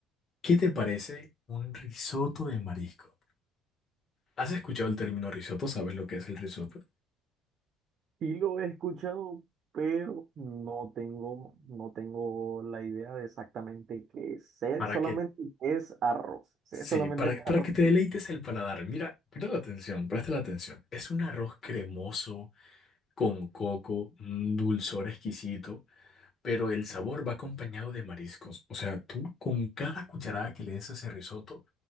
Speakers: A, on the left; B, on the right.
A: ¿Qué te parece un risotto de marisco? ¿Has escuchado el término risotto? ¿Sabes lo que es el risotto?
B: Sí lo he escuchado, pero no tengo, no tengo la idea de exactamente qué es. Sé
A: Para
B: solamente
A: que
B: que es arroz. Sé
A: Sí,
B: solamente
A: para,
B: que
A: para
B: es arroz.
A: que te
B: Bueno,
A: deleites el paladar. Mira, presta la atención, presta la atención. Es un arroz cremoso, con coco, un dulzor exquisito, pero el sabor va acompañado de mariscos. O sea, tú con cada cucharada que le des a ese risotto,